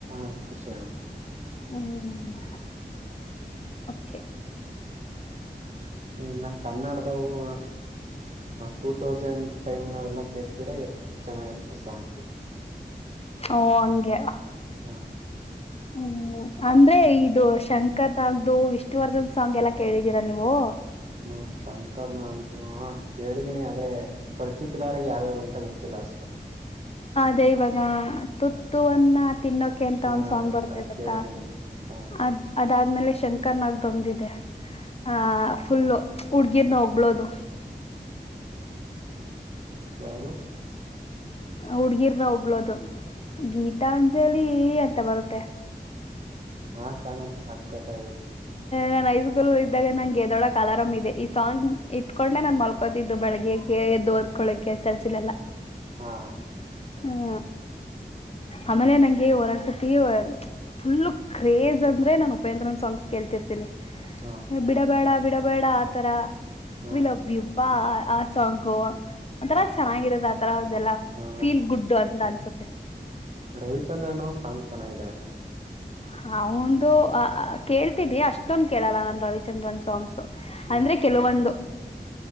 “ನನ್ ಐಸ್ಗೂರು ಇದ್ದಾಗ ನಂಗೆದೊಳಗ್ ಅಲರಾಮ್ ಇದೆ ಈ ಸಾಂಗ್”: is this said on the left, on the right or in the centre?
Left